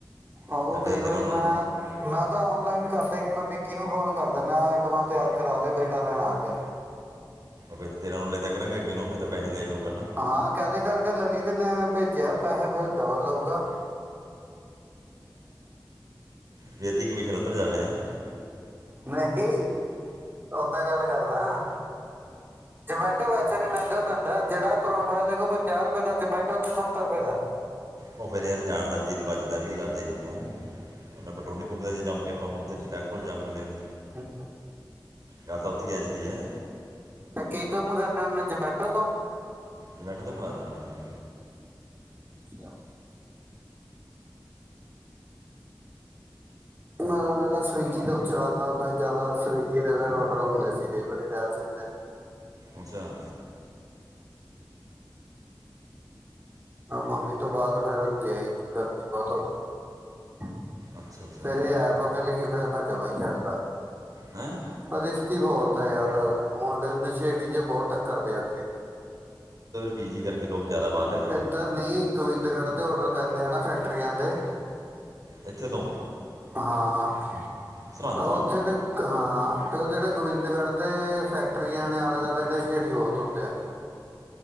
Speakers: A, on the right (about 25°); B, on the right (about 50°).
A: ਓ
B: ਤਾਂ ਫਿਰ
A: ਕਈ ਵਾਰੀ
B: ਤੇਰਾ ਨੂੰ
A: ਮੈਂ ਮੈਂ ਤਾਂ ਔਨਲਾਈਨ ਕਰਦਾ ‌ਈ ਨੀ ਮੈਂ ਵਿੱਕੀ ਨੂੰ ਫੋਨ ਕਰ ਦਿੰਨਾ ਆਹ ਆਈਟਮਾਂ ਤਿਆਰ ਕਰਾ ਦੇ ਬੇਟਾ ਲੈਣ ਆ ਰੇਆ।
B: ਫੇਰ ਤਾ ਤੇਰਾ ਨੋ ਲੈ ਦੇਆ ਕਰਾਗੇ ਅੱਗੇ ਨੋ ਫੇਰ ਤਾਂ ਪੈਹੇ ਨੀ ਲੇਆ ਕਰੂਗਾ ਨਾ।
A: ਹਾਂ ਕਹਿ ਦੇਆ ਕਰ ਕੇ ਲਲਿਤ ਨੇ ਭੇਜਿਆ ਪੈਸੇ ਫੇਰ ਡੱਬਲ ਲ‌ਊਗਾ। <inaudible>
B: ਵੀ ਅੱਧੀ ਕਮਿਸ਼ਨ ਉੱਧਰ ਜਾਵੇ ਹੈ
A: ਨਹੀਂ, ਓਦਾਂ ਗੱਲ ਕਰਦਾ। ਜਮੈਟੋ ਵੈਸੇ ਵੀ ਮਹਿੰਗਾ ਪੈਂਦਾ ਜੇਹੜਾ ਪਰੌਂਠਾ ਦੇਖੋ ਪੰਜਾਹ ਰੁਪਏ ਦਾ ਜਮੈਟੋ ਤੇ ਸੱਤਰ ਰੁਪਏ ਦਾ।
B: ਓ ਫੇਰ ਯਾਰ ਜਾਣ ਦਾ ਵੀ ਤੇਲ ਬਚਦਾ ਆਹ ਵੀ ਗੱਲ ਦੇਖ ਤੂੰ। ਓਨਾਂ ਪਟਰੋਲ ਨੀ ਫੂਕਦਾ ਜੇ ਜਾਊਗੇ ਆਪਾਂ ਹੁਣ ਤੇ ਟਹਿਲ ਕੋਲ ਜਾਊਗਾ ਲੇਣ।
A: ਹੂੰ।
B: ਗੱਲ ਤਾਂ ਓਥੇ ਈ ਆ ਜਾਂਦੀ ਐ।
A: ਨਾ ਕੀਤੋਂ ਮੰਗਾਦੇ ਹੁਨੇ ਓ, ਜਮੈਟੋ ਤੋਂ?
B: ਜਮੈਟੋ ਤੋਂ ਮੰਗਾਨਾ ਹੁੰਨਾ, ਹਾਂ।
A: ਅੱਛਾ। ਮੈਂ ਤਾਂ ਪਹਿਲਾਂ ਸਵੀਗੀ ਤੋਂ ਚਲਾਉਂਦਾ ਹੁੰਦਾ ਸੀ ਜਾਦਾ ਸਵੀਗੀ ਤੇ ਫੇਰ ਹ ਹੁੰਦੇ ਸੀ ਕਈ ਵਾਰੀ ਟਹਿਲ ਸਿੰਘ ਦੇ
B: ਅੱਛਾ।
A: ਮੰਮੀ ਤੋਂ ਬਾਦ ਫੇਰ ਗਿਆ ਈ ਨੀ ਗਰਮੀ ਬਹੁਤ ਹੋਗੀ।
B: ਅੱਛਾ ਅੱਛਾ
A: ਫੇਰ ਏਹ ਐਪ ਮਿਲ ਗੀ ਫੇਰ ਮੈ ਜਮਾ ਈ ਛੱਡਤਾ।
B: ਹੈਂਅ?
A: ਰਿਸਕੀ ਬਹੁਤ ਹੈ ਯਾਰ ਮੁੰਡੇ ਨਸ਼ੇੜੀ ਜੇ ਬਹੁਤ ਟੱਕਰਦੇ ਇਥੇ
B: ਪੀ ਜੀ ਕਰਕੇ ਲੋਕ ਜ਼ਿਆਦਾ ਬਾਰ
A: ਇੱਧਰ ਨੀ ਗੋਬਿੰਦਗੜ੍ਹ ਦੇ ਔਰਡਰ ਪੈਂਦੇ ਆ ਨਾ ਫੈਕਟਰੀਆਂ ਦੇ
B: ਇੱਥੇ ਤੋਂ
A: ਹਾਂ
B: ਸਰਹੰਦ
A: ਤਾਂ
B: ਤੋਂ
A: ਉੱਥੇ ਤੇ ਹਾਂ ਫਿਰ ਉਹ ਜਿਹੜੇ ਗੋਬਿੰਦਗੜ੍ਹ ਦੇ ਫੈਕਟਰੀਆਂ ਨੇ ਆਲੇ ਦੁਆਲੇ ਨਸ਼ੇੜੀ ਬਹੁਤ ਹੁੰਦੇ ਆ